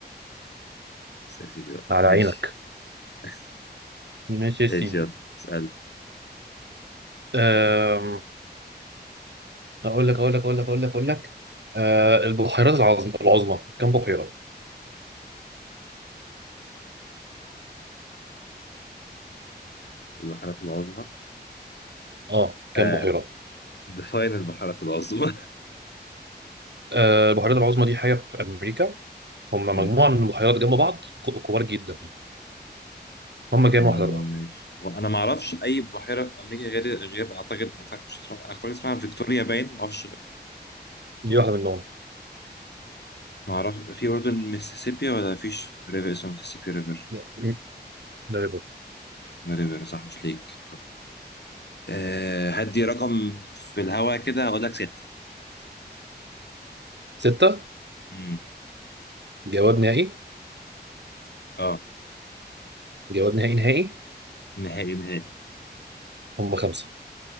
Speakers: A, on the left (about 75°); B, on the right (about 85°).
A: بس يا سيدي بقى
B: على
A: ماشي
B: عينك
A: <laughs>
B: ماشي يا سيدي
A: ايش يلا اسال
B: آم، اقول لك اقول لك اقول لك اقول لك اقول لك آه، البحيرات العظمى العظمى كام بحيره
A: البحيرات العظمى
B: اه كام
A: آه.
B: بحيره
A: ديفاين البحيرات العظمى <laughs>
B: آه، البحيرات العظمى دي حاجه في امريكا هم مجموعه
A: مم.
B: من البحيرات جنب بعض كو- كبار جدا هم كام
A: مم،
B: واحده بقى
A: ماشي هو انا ما اعرفش اي بحيره في امريكا غير غير اعتقد اعتقد مش اسمها- اعتقد اسمها فيكتوريا باين ما اعرفش
B: دي واحده منهم
A: ما اعرف في برضه الميسيسيبي ولا فيش ريفر اسمه ميسيسيبي ريفر
B: لا. م- ده
A: ريفر صح مش ليك أه هدي رقم في الهوا كده اقول لك ستة
B: ستة
A: امم
B: جواب نهائي
A: اه
B: جواب نهائي نهائي
A: نهائي نهائي
B: هم خمسة